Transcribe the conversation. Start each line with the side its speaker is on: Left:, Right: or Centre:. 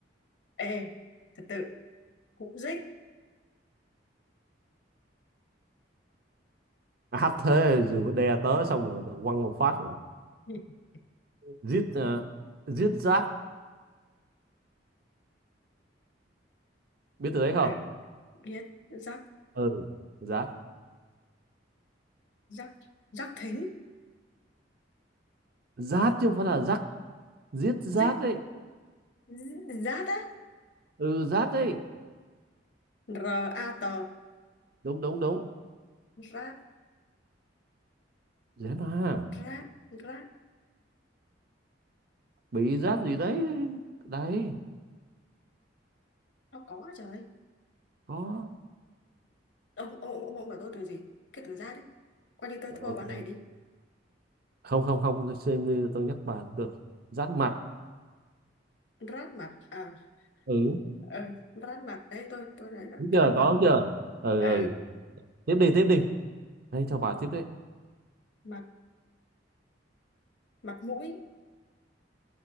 Left: ê thật tự cụ dích
Right: à, hát thế rồi có đè tớ xong rồi quăng một phát rồi.
Left: <laughs>
Right: giết ờ, giết rát biết từ đấy không
Left: à, biết rắc
Right: ừ rát
Left: rắc rắc thính
Right: rát chứ không phải là rắc giết rát
Left: dích
Right: đấy
Left: Z- rát á
Right: ừ rát đấy
Left: r a t
Right: đúng đúng đúng
Left: rát
Right: dễ mà
Left: rát rát
Right: bị rát gì đấy đấy
Left: nó có trời
Right: có
Left: ông ông ông ông bảo tôi từ gì cái từ rát đấy coi như tôi
Right: ok
Left: thua ván này đi
Right: không không không tôi xem như tôi nhắc bà cũng được rát mặt
Left: rát mặt à
Right: ừ
Left: ừ, rát mặt đấy tôi tôi nói rát,
Right: đúng chưa
Left: rát
Right: có
Left: mặt
Right: chưa ừ
Left: ừ,
Right: ừ tiếp đi tiếp đi đây cho bà tiếp đấy
Left: mặt mặt mũi